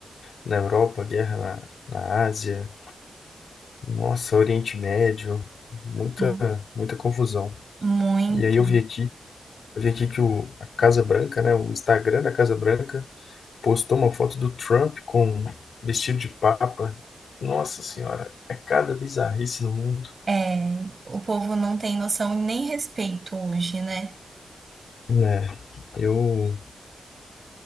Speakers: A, on the left; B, on the right.
A: na Europa, guerra na, na Ásia, nossa, Oriente Médio, muita,
B: Hum.
A: muita confusão.
B: Muito.
A: E aí eu vi aqui Eu vi aqui que o, a Casa Branca, né, o Instagram da Casa Branca, postou uma foto do Trump com vestido de papa. Nossa senhora, é cada bizarrice no mundo.
B: É, o povo não tem noção e nem respeito hoje, né?
A: É, eu.